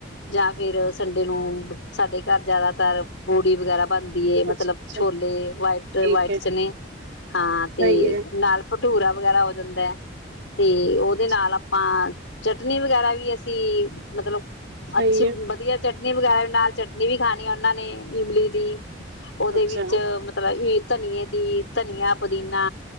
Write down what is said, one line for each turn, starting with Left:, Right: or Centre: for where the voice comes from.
Left: ਜਾਂ ਫੇਰ ਸੰਡੇ ਨੂੰ। ਸਾਡੇ ਘਰ ਜਾਦਾਤਰ ਪੂੜੀ ਵਗੈਰਾ ਬਨਦੀ ਏ ਮਤਲਬ
Right: ਅੱਛਾ ਅੱਛਾ
Left: ਛੋਲੇ ਵਾਈਟ
Right: ਠੀਕ
Left: ਵਾਈਟ
Right: ਹੈ
Left: ਚਨੇ ਹਾਂ
Right: ਸਹੀ
Left: ਤੇ
Right: ਹੈ
Left: ਨਾਲ ਭ ਭਠੂਰਾ ਵਗੈਰਾ ਹੋ ਜਾਂਦੈ। ਤੇ ਔਦੇ
Right: ਅੱਛਾ
Left: ਨਾਲ ਆਪਾਂ ਚਟਨੀ ਵਗੈਰਾ ਵੀ ਅਸੀ ਮਤਲਬ
Right: ਸਹੀ
Left: ਅੱਛੀ
Right: ਹੈ
Left: ਵਧੀਆ ਚਟਨੀ ਵਗੈਰਾ ਨਾਲ ਚਟਨੀ ਵੀ ਖਾਨੀ ਔਨਾਂ ਨੇ ਇਮਲੀ ਦੀ ਔਦੇ
Right: ਅੱਛਾ
Left: ਵਿੱਚ ਮਤਲਬ ਈ ਧਨੀਏ ਦੀ ਧਨੀਆ ਪੁਦੀਨਾ